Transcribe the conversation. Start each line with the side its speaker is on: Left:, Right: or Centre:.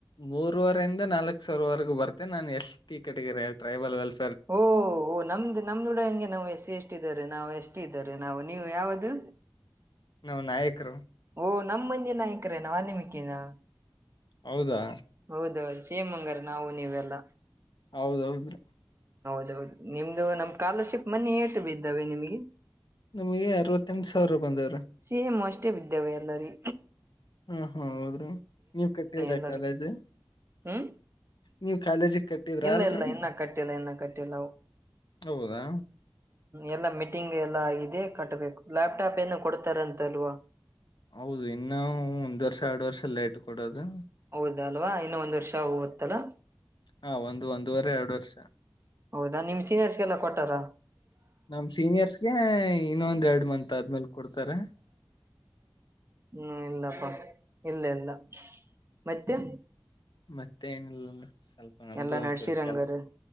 Left: ಮೂರುವರೆ ಇಂದ ನಾಲ್ಕ್ ಸಾವಿರವರೆಗೂ ಬರ್ತೆ ನಾನು S T category tribal well
Right: ಓಹ ನಮ್ದ್ ನಮ್ದುಡ ಹೆಂಗೆ ನಾವ್ ಎಸಿ, ಎಸ್ ಟಿ ದವರೆ ನಾವ್ ಎಸ ಟಿ ಇದ್ದಾರ. ನಾವು ನೀವು ಯಾವದು?
Left: ನಾವ್ ನಾಯಕರು.
Right: ಓಹ ನಮ್ಮ ಮಂದಿ ನಾಯಕರೇನ ವಾಲ್ಮೀಕಿ ನಾ?
Left: ಹೌದಾ
Right: ಹೌದೌದು. ಸೇಮ ಹಂಗಾರ ನಾವು ನೀವೆಲ್ಲಾ.
Left: ಹೌದೌದ್ರಿ.
Right: ಅ ನಿಮ್ದು ನಮ್ ಸ್ಕಾಲರ್ಶಿಪ್ ಮನೆ ಏಟು ಬಿದ್ದಾವೆ ನಿಮಗೆ.
Left: ನಮಗೆ ಅರವತ್ತ ಎಂಟ ಸಾವಿರ ಬಂದಾವ್ರಿ.
Right: ಸೇಮ್ ಅಷ್ಟೇ ಬಿದ್ದವೆ ಅಲ್ಲರಿ.
Left: ಹ್ಮ್ ಹ ಹೌದ್ರಿ ನೀವ ಕಟ್ಟಿದ್ರಿ
Right: ಎಲ್ಲರಿ
Left: ಕಾಲೇಜ್
Right: ಹ್ಮ್
Left: ನೀವ ಕಾಲೇಜಿಗೆ ಕಟ್ಟಿದ್ರ
Right: ಇಲ್ಲ
Left: ಅಲ್ರರೆಡಿ
Right: ಇಲ್ಲ ಇನ್ನ ಕಟ್ಟಿಲ್ಲ ಇನ್ನ ಕಟ್ಟಿಲ್ಲ ಅವು
Left: ಹೌದಾ.
Right: ಎಲ್ಲಾ ಮೀಟಿಂಗ್ ಎಲ್ಲಾ ಆಗಿದೆ ಕಟ್ಬೇಕು ಲ್ಯಾಪ್ಟಾಪ್ ಏನು ಕೊಡ್ತಾರೆ ಅಂತಲ್ವಾ.
Left: ಹೌದು ಇನ್ನುೂ ಒಂದ್ ವರ್ಷ ಎರಡ್ ವರ್ಷಲ್ಲ ಲೇಟ್ ಕೊಡೋದು.
Right: ಹೌದ ಅಲ್ವಾ ಇನ್ನ ಒಂದ್ ವರ್ಷ ಹೋಗುತ್ತಲ್ಲಾ.
Left: ಹಾ ಒಂದು ಒಂದುವರೆ ಎರಡು ವರ್ಷ
Right: ಹೌದಾ ನಿಮ್ ಸೀನಿಯರ್ಸ್ಗೆಲ್ಲ ಕೊಟ್ಟಾರ
Left: ನಮ್ಮ ಸೀನಿಯರ್ಸ್ಗೆ ಇನ್ನೊಂದ್ ಎರಡ್ ಮಂತ್ ಆದ್ಮೇಲ್ ಕೊಡ್ತಾರ
Right: ಹ್ಮ್ ಇಲ್ಲಪ್ಪ. ಇಲ್ಲ ಇಲ್ಲ ಮತ್ತೆ.
Left: ಮತ್ತೆ ಏನಿಲ್ಲಲ್ಲ. ಸ್ವಲ್ಪ ನಮ್ದು
Right: ಎಲ್ಲಾ
Left: ಒಂದ್ಸೂರು
Right: ನಡ್ಸಿರಂಗಾರ
Left: ಕೆಲ್ಸ